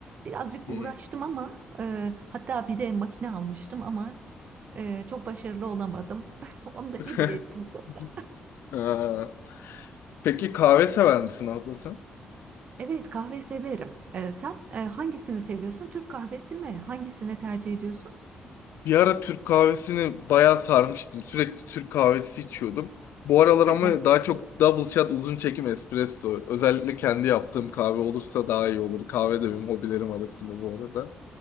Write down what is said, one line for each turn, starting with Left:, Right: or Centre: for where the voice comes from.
Right: Birazcık
Left: hı.
Right: uğraştım ama e, hatta bir de makine almıştım ama e, çok başarılı olamadım. <laughs> Onu da hediye
Left: <laughs>
Right: ettim sonra.
Left: Ha, Peki kahve sever misin abla sen?
Right: Evet kahve severim. E, sen e, hangisini seviyorsun? Türk kahvesi mi? Hangisini tercih ediyorsun?
Left: Bir ara Türk kahvesini bayağı sarmıştım. Sürekli Türk kahvesi içiyordum. Bu aralar
Right: Hı
Left: ama
Right: hı,
Left: daha çok double shot uzun çekim espresso. Özellikle kendi yaptığım kahve olursa daha iyi olur. Kahve de benim hobilerim arasında bu arada.